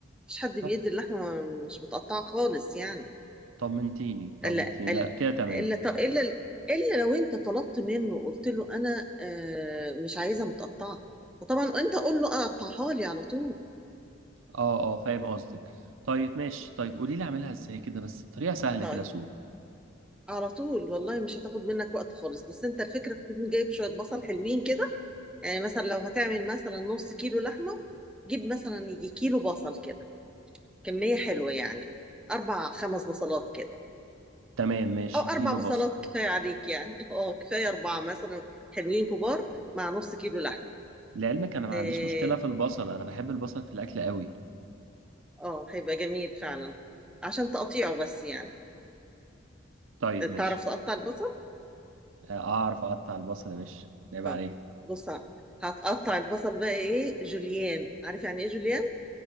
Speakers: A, in the centre; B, on the right.
A: مفيش حد
B: طب
A: بيدي اللحمه مش متقطعه خالص يعني
B: طمنتيني طمنتيني
A: الا الا
B: لا كده تمام
A: الا الا, إلا لو انت طلبت منه قلت له انا آه مش عايزها متقطعه فطبعا انت قول له اقطعها لي على طول
B: اه اه فاهم قصدك طيب ماشي طيب قولي لي اعملها ازاي كده بس بطريقه سهله
A: طيب
B: كده سو
A: على طول والله مش هتاخد منك وقت خالص بس انت الفكره تكون جايب شويه بصل حلوين كده يعني مثلا لو هتعمل مثلا نص كيلو لحمة جيب مثلا يجي كيلو بصل كده كمية حلوة يعني أربع خمس بصلات كده
B: تمام ماشي
A: أو أربع
B: كيلو
A: بصلات
B: بصل
A: <laughs> كفاية عليك يعني <laughs> أه كفاية أربعة مثلا حلوين كبار مع نص كيلو لحمة
B: لعلمك انا ما
A: آه
B: عنديش مشكله في البصل انا بحب البصل في الاكل قوي
A: آه، هيبقى جميل فعلا عشان تقطيعه بس يعني
B: طيب ماشي
A: تعرف تقطع البصل؟
B: آه، اعرف اقطع البصل يا باشا عيب
A: طب
B: عليه
A: بص هتقطع البصل بقى إيه جوليان عارف يعني إيه جوليان؟